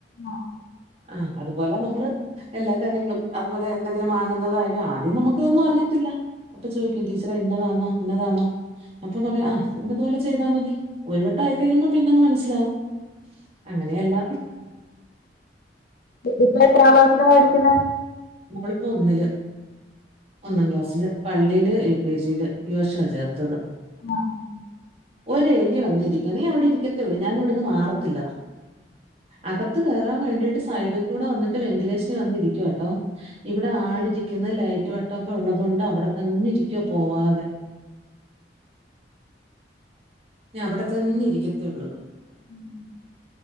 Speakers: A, on the left; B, on the right.
A: ആഹ് ആ
B: ആഹ് അതുപോലെ നമ്മള്. എല്ലാ കാര്യങ്ങളും അതുപോലെ എന്തെങ്കിലും വാങ്ങുന്നതായാലും ആദ്യം നമുക്ക് ഇതൊന്നും അറിയത്തില്ല. അപ്പൊ ചോദിക്കും ടീച്ചറെ ഇന്നതാണാ ഇന്നതാണോ. അപ്പൊ പറയും ഇന്നതുപോലെ ചെയ്താ മതി. ഒരു വട്ടംആയി കഴിയുമ്പോ പിന്നങ്ങ് മനസ്സിലാവും. അങ്ങനെയല്ല
A: ഇപ്പം എത്രാം ക്ലാസിലാ പടിക്കുന്ന.
B: ഇവളിപ്പ ഒന്നില്. ഒന്നാം ക്ലാസ്സില് പള്ളില് യു കെ ജി ല് ഈ വർഷ ചേർത്തത്
A: ആഹ് ആഹ് ആഹ്
B: ഒരെ എലി വന്നിരിക്ക നീ അവിടെ ഇരിക്കത്തേള്ളൂ ഞാനിവിടെന്ന് മാറത്തില്ല അകത്ത് കെറാൻ വേണ്ടിട്ട് സൈഡി കൂടെ വന്നിട്ട് വെന്റിലേഷനി വന്ന് ഇരിക്കുവാട്ടോ ഇവിടെ ആളിരിക്കുന്ന ലൈറ്റ് വെട്ടൊക്കെ ഉള്ളതുകൊണ്ട് അവിടെ തന്നെ ഇരിക്കുവ പോവാതെ ഞ അവിടെ തന്നെ ഇരിക്കത്തുള്ളുത്
A: ഉം